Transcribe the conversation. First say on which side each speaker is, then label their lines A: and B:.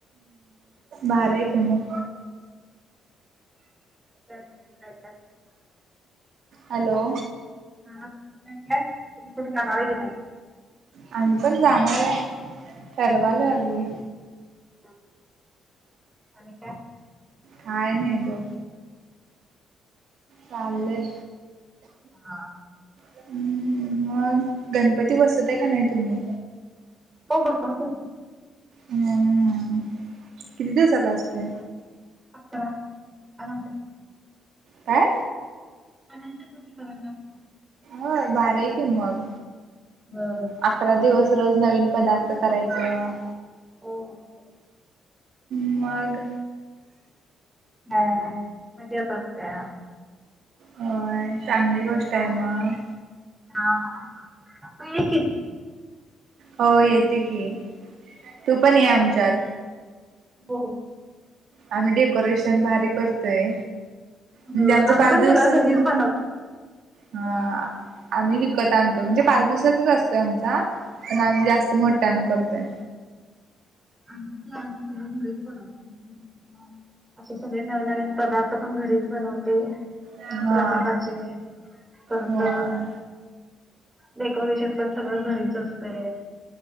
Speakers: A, on the right (about 70°); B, on the right (about 15°).
A: बारा एक मग?
B: काय तुमचं काय काय?
A: हॅलो,
B: हा तुमच काय काय? तुम्ही कुठे जाणार की नाही?
A: आम्ही पण जाणार आहे. ठरवालोय अजून.
B: <unintelligible> आणि काय?
A: काय नाही बघ. चाल्लय.
B: हा.
A: हम्म मग गणपती बसवता का नाही तुम्ही?
B: हो बसतो ना.
A: हम्म किती दिवसाचा असतोय?
B: अकरा, अनंतचतुर्थी
A: काय?
B: आनंतचतुर्थी पर्यंत असतो.
A: होय भारी हाय की मग.
B: <unintelligible>
A: अकरा दिवस रोज नवीन पदार्थ करायच
B: हो <unintelligible>
A: मग?
B: ह मजेत असत्या.
A: होय चांगली गोष्ट
B: हा
A: आहे मग
B: हा हा, तू ये की
A: हो येते की, तू पण ये आमच्यात.
B: हो हो.
A: आम्ही डेकोरेशन भारी करतोय, म्हणजे
B: हो
A: आमच
B: आम्ही
A: पाच
B: पण
A: दिवसच
B: सगळं घरीच बनवतो.
A: हा आम्ही विकत आणतोय, म्हणजे पाच दिवसाचच असतोय आमचा पण आम्ही जास्त मोट्यान करतोय.
B: आमच आम्ही सगळ घरीच बनवतो. असे सगळे नव नवीन पदार्थ पण घरीच बनवते
A: हा
B: प्रसादाचे, परत
A: होय
B: डेकोरेशन पण सगळं घरीच असतय.